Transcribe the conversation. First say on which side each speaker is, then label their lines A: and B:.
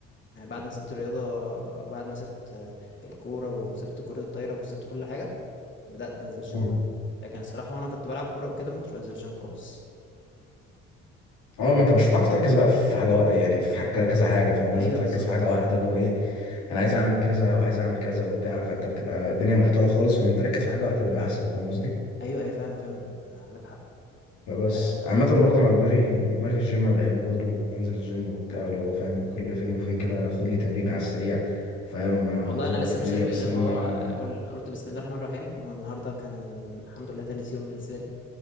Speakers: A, on the left (about 40°); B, on the left (about 75°).
A: يعني بعد ما سبت الرياضه بعد ما سبت آه، الكوره وسبت كره الطايره وسبت كل حاجه بدأت أنزل جيم
B: مم.
A: بقى لكن الصراحة وأنا كنت بلعب كورة أو كده ما كنتش بنزل جيم خالص
B: اه ما انت مش هتعرف تركز بقى في حاجه وا- يعني في حاجة كذا حاجه فاهم لازم
A: أيوه
B: تركز
A: بالظبط
B: في حاجه واحده اللي هو ايه انا عايز اعمل كذا وعايز اعمل كذا وبتاع فانت بتبقى الدنيا محتاره خالص فلما تركز في حاجه واحده بيبقى احسن فاهم قصدي
A: أيوه أيوه فعلا فعلا عندك حق
B: فبس
A: آه
B: عامه برضه انا دماغي دماغي في الجيم انا بحب برضه انزل الجيم وبتاع اللي هو فاهم كل فين وفين كده اخد لي تمرينه على السريع فاهم اظبط
A: والله أنا لسه
B: الدنيا
A: مشترك في
B: بس
A: الجيم
B: لما
A: هو أقول قلت بسم الله الرحمن الرحيم والنهاردة كان الحمد لله تالت يوم بالنسبة لي